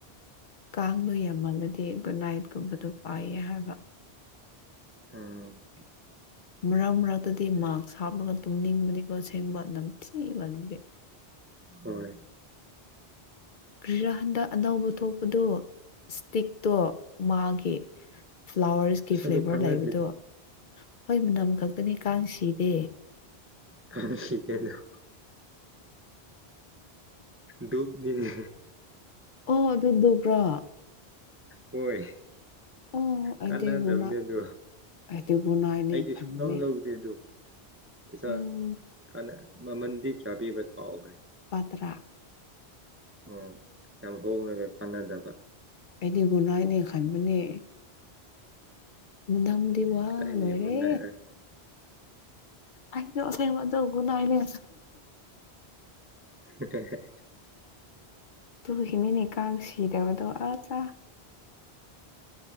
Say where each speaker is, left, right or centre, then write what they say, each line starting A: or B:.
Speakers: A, on the left; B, on the right.
A: ꯀꯥꯡꯗꯨꯨ ꯌꯥꯝꯃꯜꯂꯗꯤ ꯒꯨꯠ ꯅꯥꯏꯠꯒꯨꯝꯕꯗꯣ ꯄꯥꯏꯌꯦ ꯍꯥꯏꯕ
B: ꯎꯝ
A: ꯃꯔꯛ ꯃꯔꯛꯇꯗꯤ ꯃꯥꯛꯁ ꯍꯥꯞꯂꯒ ꯇꯨꯝꯅꯤꯡꯕꯅꯤꯀꯣ ꯑꯁꯦꯡꯕ ꯅꯝꯊꯤꯃꯟꯕꯒꯤ
B: ꯍꯣꯏ
A: ꯀ꯭ꯔꯤꯔ ꯍꯟꯗꯛ ꯑꯅꯧꯕ ꯊꯣꯛꯄꯗꯨ ꯏꯁꯇꯤꯛꯇꯣ ꯃꯥꯒꯤ ꯀꯤ ꯐ꯭ꯂꯥꯋꯔꯁꯀꯤ
B: ꯑꯁ
A: ꯐ꯭ꯂꯦꯚꯔ
B: ꯑꯗꯨ ꯀꯥꯟꯅꯗꯦꯗ
A: ꯂꯩꯕꯗꯣ ꯍꯣꯏ ꯃꯅꯝ ꯈꯛꯇꯅꯤ ꯀꯥꯡ ꯁꯤꯗꯦ
B: ꯀꯥꯡ ꯁꯤꯗꯦ <unintelligible> ꯗꯨꯛꯅꯤꯅꯦ
A: ꯑꯣ ꯑꯗꯨ ꯗꯨꯛꯂꯣ
B: ꯍꯣꯢ
A: ꯑꯣ ꯑꯩꯗꯤ
B: ꯀꯥꯟꯅꯗꯕꯅꯦ
A: ꯒꯨꯅ
B: ꯑꯗꯣ
A: ꯑꯩꯗꯤ ꯒꯨꯅꯥꯏꯅꯦ
B: ꯑꯩꯗꯤ
A: ꯈꯟꯕꯅꯦ
B: ꯁꯨꯡ ꯂꯧ ꯂꯧꯗꯦ ꯑꯗꯨ ꯄꯩꯁꯥ
A: ꯌꯥꯝ
B: ꯀꯥꯟꯅ ꯃꯃꯟꯗꯤ ꯀꯌꯥ ꯄꯤꯕ꯭ꯔꯥ ꯀꯥꯎꯈ꯭ꯔꯦ
A: ꯂꯧꯄꯥ ꯇꯔꯥ
B: ꯎꯝ ꯌꯥꯝ ꯍꯣꯡꯔꯒ ꯀꯥꯟꯅꯗꯕ
A: ꯑꯩꯗꯤ ꯒꯨꯢ ꯅꯥꯏꯠꯅꯦ ꯈꯟꯕꯅꯦ ꯃꯅꯝꯗꯤ ꯋꯥ
B: ꯀꯗꯥꯏꯗꯒꯤ
A: ꯂꯣꯏꯔꯦ
B: ꯒꯨꯠ ꯅꯥꯏꯠꯔ
A: ꯑꯩꯗꯣ ꯑꯁꯦꯡꯕ ꯑꯗꯨ ꯒꯨꯠ ꯅꯥꯢꯠꯅꯦ
B: ꯍ <unintelligible>
A: ꯑꯗꯨꯒꯤꯅꯤꯅꯦ ꯀꯥꯡ ꯁꯤꯗꯕꯗꯣ ꯑꯠꯆꯥ